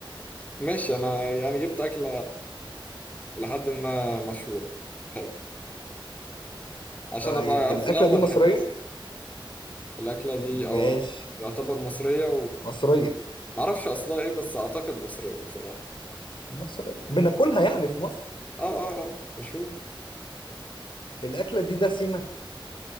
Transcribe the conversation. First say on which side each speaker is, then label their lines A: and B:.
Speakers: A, on the left (about 15°); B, on the left (about 65°).
A: ماشي انا يعني جبت اكله لحد ما مشهوره حلو عشان
B: طيب
A: ابقى
B: الأكلة
A: في الاول
B: دي مصرية؟
A: حلو الاكله دي
B: ماشي
A: اه يعتبر مصريه
B: مصرية
A: ومعرفش اصلها ايه بس اعتقد مصريه بصراحه
B: مصرية بناكلها يعني في مصر
A: اه اه اه مشهور
B: الأكلة دي دسمة